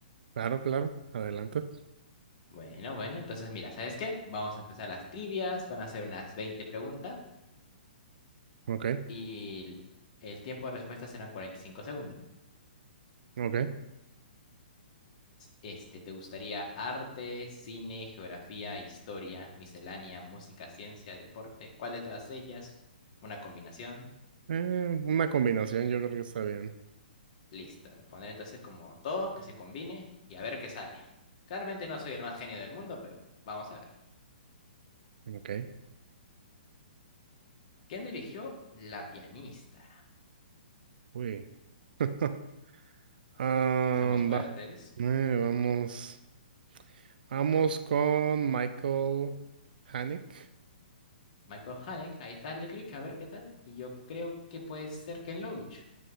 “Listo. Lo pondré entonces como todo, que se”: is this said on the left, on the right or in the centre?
Left